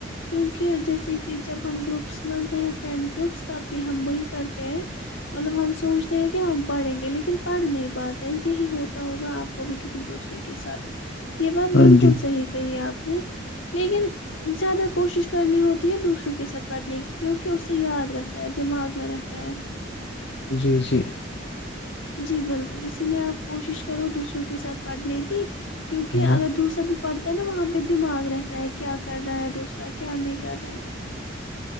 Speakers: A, on the left; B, on the left.
A: کیونکہ جیسے کہ جب ہم گروپس ملتے ہیں فرینڈ گروپس تب بھی ہم وہی کرتے ہیں مطلب ہم سوچتے ہیں کہ ہم پڑھیں گے لیکن پڑھ نہیں پاتے یہی ہوتا ہوگا آپ کو بھی کسی دوسرے کے ساتھ یہ بند
B: ہاں
A: بالکل <unintelligible> بالکل
B: جی
A: صحیح کہیے آپ <unintelligible> ج <unintelligible> لیکن زیادہ کوشش کرنی ہوتی ہے دوسری کے ساتھ پڑھنے کی کیونکہ اسے یاد رہتا ہے دماغ میں رہتا ہے
B: جی جی <unintelligible>
A: جی بالکل اسی لیے آپ کوشش کرو دوسروں کے ساتھ پڑھنے کی کیونکہ
B: ہاں
A: اگر دوسرا بھی پڑھ <unintelligible> نا وہاں پہ دماغ رہتا ہے کیا کر رہا ہے دوسرا کیا نہیں کر رہا ہے <unintelligible>